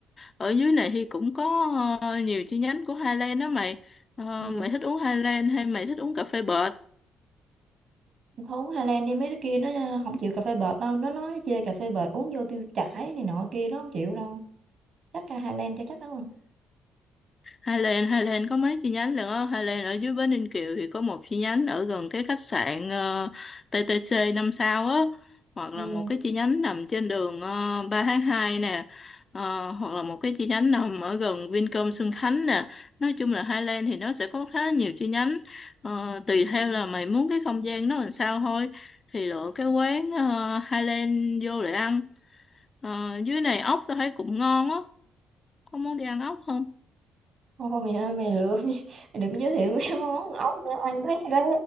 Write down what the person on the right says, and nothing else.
ừ.
Thu Hà Lan đi mấy đứa kia nó ờ, không chịu cà phê bệt đâu nó nói nó chê cà phê bệt uống vô tiêu chảy này nọ kia nó không chịu đâu chắc ca Hà Lan cho chắc đúng không
ừ.
Ô mày ơi mày lừa <laughs> mày đừng giới thiệu cái món ốc nữa ăn thấy đấy